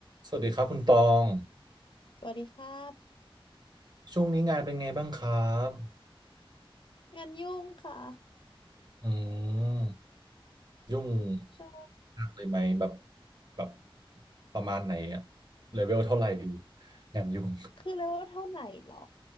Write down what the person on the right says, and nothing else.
สวัสดีครับคุณตอง
ช่วงนี้งานเป็นไงบ้างครับ
อืมยุ่ง
หนักเลยไหมแบบแบบประมาณไหนอะเลเวลเท่าไหร่ดี งานยุ่ง